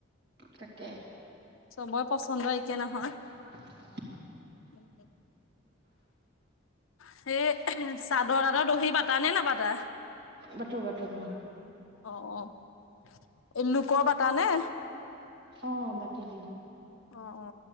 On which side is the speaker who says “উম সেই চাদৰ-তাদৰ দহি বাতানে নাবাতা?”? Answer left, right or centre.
Left